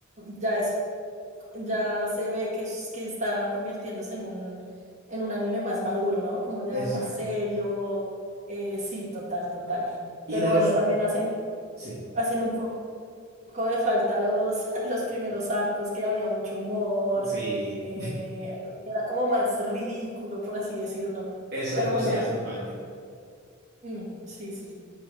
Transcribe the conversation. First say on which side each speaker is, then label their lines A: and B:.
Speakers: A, on the right; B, on the right.
A: ya es, ya se ve que, es- que está convirtiéndose en un, en un anime más maduro, ¿no? Como ya
B: Exacto.
A: más serio. eh, sí, total, total.
B: Y
A: Pero
B: de
A: bueno,
B: los.
A: también hacen,
B: Sí,
A: hacen un po- poco de falta los, <laughs> los primeros arcos, que había mucho humor,
B: sí,
A: eh, era como más ridículo, por así decirlo.
B: exacto,
A: Pero bueno,
B: sí hacen falta.
A: mm, sí, sí,